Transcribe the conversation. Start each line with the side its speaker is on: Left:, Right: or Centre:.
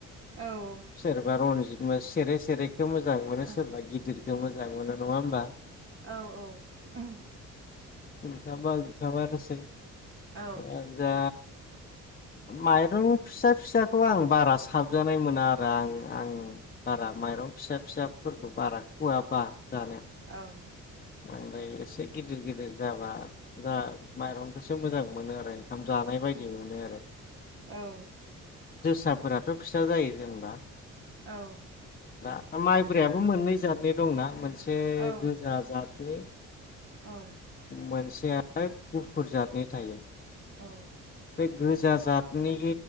Right: औ
Left: सोरबा रन जिद सेरे सेरे खौ मोजां मोनो
Right: औ
Left: सोरबा गिदिर जों मोजां मोनो नङा होमबा?
Right: औ औ ओहोम ।
Left: ओंखामा ओंखामानोसै इयानो
Right: औ
Left: जा माइरं फिसा फिसाखौ आं बारा साबजानाय मोना आरो आं-आं बारा माइरं फिसा फिसाफोरखौ बारा खुवाबा जानो ।
Right: औ
Left: बांद्राय एसे गिदिर गिदिर जाबा जा माइरंखौसो मोजां मोनो आरो ओंखाम जानाय बायदि मोनो आरो ।
Right: औ
Left: सा फोराथ' फिसा जायो जेनेबा
Right: औ
Left: दा माइ ब्रायाबो मोननै जाथनि दंना मोनसे
Right: औ
Left: गोजा जाद ।
Right: औ
Left: मोनसे <unintelligible> गुफुर जाथनि थायो ।
Right: औ
Left: बे गोजा जातनि